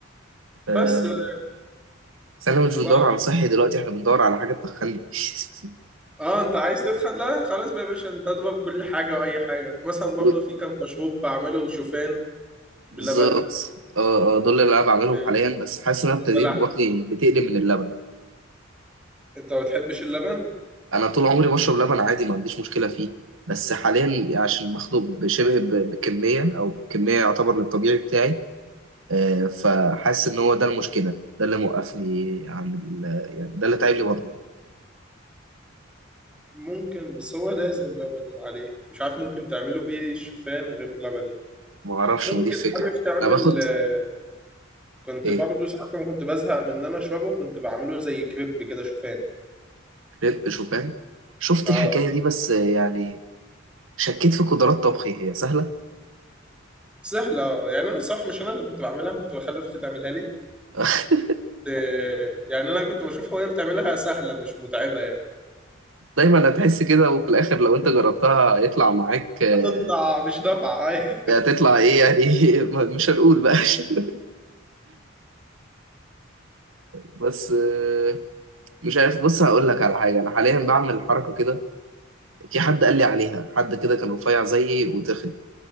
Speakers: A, on the right; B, in the centre.
A: آه،
B: بس بقى
A: بس احنا مش
B: وبقى
A: بندور على صحي دلوقتي احنا بندور على حاجة تدخلني <laughs>
B: اه انت عايز تدخن لا خلاص بقى يا باشا انت اضرب كل حاجه واي حاجه مثلا برضو
A: و-
B: في كان مشروب بعمله شوفان بلبن
A: بالظبط اه اه دول اللي انا بعملهم
B: و-
A: حاليا بس حاسس ان انا
B: وبلح
A: ابتديت بطني بتقلب من اللبن
B: انت ما بتحبش اللبن
A: انا طول عمري بشرب لبن عادي ما عنديش مشكله فيه بس حاليا عشان مخنوق بشبه ب- بكميه او كميه يعتبر للطبيعي بتاعي آه، فحاسس ان هو ده المشكله ده اللي موقفني عن ال- يعني ده اللي تعب لي بطني
B: ممكن بس هو لازم لبن عليه مش عارف ممكن تعمله بايه الشوفان غير لبني
A: ما اعرفش
B: ممكن
A: ما دي الفكره
B: عارف تعمل
A: انا باخد
B: آه، كنت
A: ايه
B: برضه ساعات لما كنت بزهق من ان انا اشربه كنت بعمله زي كريب كده شوفان
A: كريب شوفان شفت
B: اه
A: الحكايه دي بس آه، يعني شكيت في قدرات طبخي هي سهلة
B: سهلة يعني أنا صح مش أنا اللي كنت بعملها كنت بخلي أختي تعملها لي
A: <laughs>
B: إيه، يعني أنا كنت بشوفها وهي بتعملها سهلة مش متعبة يعني
A: دايما هتحس كده وفي الآخر لو أنت جربتها هيطلع معاك آه،
B: هتطلع مش نافعة <laughs> أيوه
A: يعني هتطلع إيه يعني <laughs> مش هنقول بقى <laughs> عشان- بس آه، مش عارف بص هقول لك على حاجة أنا حاليا بعمل حركة كده في حد قال لي عليها حد كده كان رفيع زيي وتخن